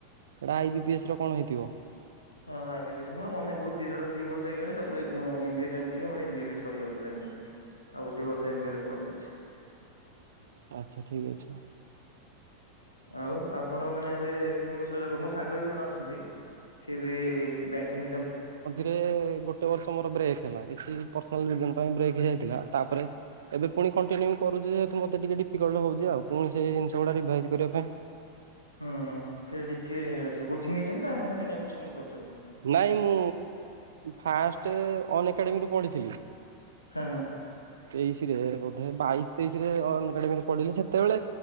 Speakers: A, on the right; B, on the left.
A: ହେଟା ଆଇ ବି ପିଏସ୍ ର କଣ ହେଇଥିବ।
B: ହଁ ଆଇ ବିପି ଏ ସର ମୋର ମାନେ ନାହିଁ ବହୁତ ଦି ଦିଇ ବର୍ଷ ହେଇଗଲାଣି ତାପରେ ମୁଁ ଏମ ବି ଏ ଜୋଏନ୍ କରିକି ସରିବା ଉପରେ ହେଲାଣି। ଆଉ ଗୋଟେ ବର୍ଷର ଏମ ଵିଏର କୋର୍ସ ଅଛି।
A: ଆଚ୍ଛା ଠିକ୍ ଅଛି।
B: ଆଉ ଆପଣ ମାନେ ଏବେ ତିନି ବର୍ଷ ହେ ମୋ ସାଙ୍ଗ ବି ଜଣେ ଅଛନ୍ତି। ସିଏ ବି ବ୍ୟାଙ୍କିଙ୍ଗ
A: ରେ ଗୋଟେ ବର୍ଷ ମୋର ବ୍ରେକ୍ ହେଲା କିଛି ପର୍ସନାଲ ରିଯୁନ୍ ପାଇଁ ବ୍ରେକ୍ ହେଇଯାଇଥିଲା ତାପରେ ଏବେ ପୁଣି କଣ୍ଟିନ୍ୟୁ କରୁଚି ଯେହତୁ ମତେ ଟିକେ ଡିଫିକଲ୍ଟ ହଉଚି ଆଉ ପୁଣି ସେଇ ଜିନଷ ଗୁଡା ରିଭାଜ କରିବା ପାଇଁ
B: ହୁଁ ସେ ଟିକେ କୋଚିଂ ନେଇଚନ୍ତି ନା ଏମିତି ନାଗୁଚନ୍ତି କରୁକନ୍ତି?
A: ନାଇଁ ମୁଁ ଫାଷ୍ଟେ ଅନ ଏକାଡେମୀରେ ପଢିଥିଲି।
B: ହଁ ହଁ।
A: ତେଇଶିରେ ବୋଧେ ବାଇଶି ତେଇଶି ରେ ଅ ଏକାଡେମୀରେ ପଢିଲି ସେତେବେଳେ